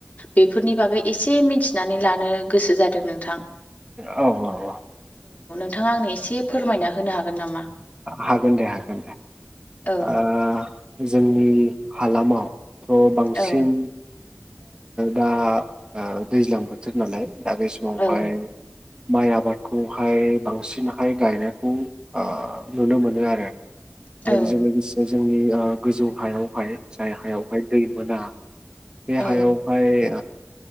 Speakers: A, on the left; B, on the right.
A: बेफोरनि बागै एसे मिथिनानै लानो गोसो जादों नोंथां
B: औ औ
A: नोंथांङा आंनो एसे फोरमायना होनो हागोन नामा
B: हागोन दे हागोन दे
A: औ
B: ओ जोंनि हालामावथ' बांसिन
A: औ
B: दा दैज्लां बोथोर नालाय दा बे समावहाय
A: औ
B: माइ आबादखौहाय बांसिनहाय गायनायखौ नुनो मोनो आरो
A: औ
B: आरो बेजों लोगोसे जोंनि गोजौ हायावहाय जाय हायावहाय दै मोना बे
A: औ
B: हायावहाय